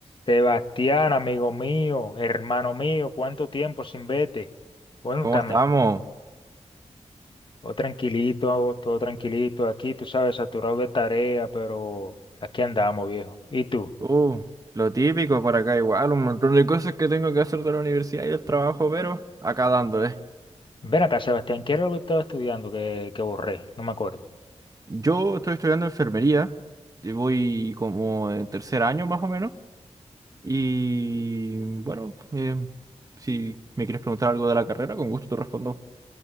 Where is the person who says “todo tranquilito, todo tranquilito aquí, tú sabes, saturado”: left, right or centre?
Left